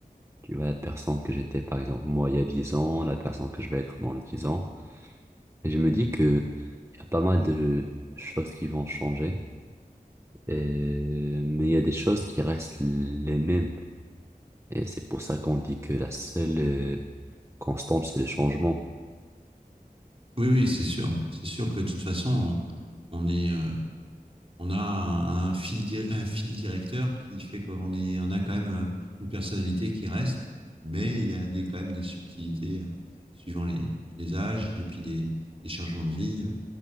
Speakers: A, on the right (about 20°); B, on the right (about 40°).
A: Tu vois, la personne que j'étais, par exemple, moi, il y a 10 ans, la personne que je vais être dans 10 ans. Et je me dis que il y a pas mal de choses qui vont changer. Euh, mais il y a des choses qui restent les mêmes. Et c'est pour ça qu'on dit que la seule euh, constante, c'est le changement.
B: Oui, oui, c'est sûr, c'est sûr que de toute façon, on, on est, euh, on a un, un fil, di- un fil directeur qui fait qu'on est, on a quand même euh, une personnalité qui reste, mais il y a des, quand même des subtilités euh, suivant les, les âges et puis des, des changements de vie. euh,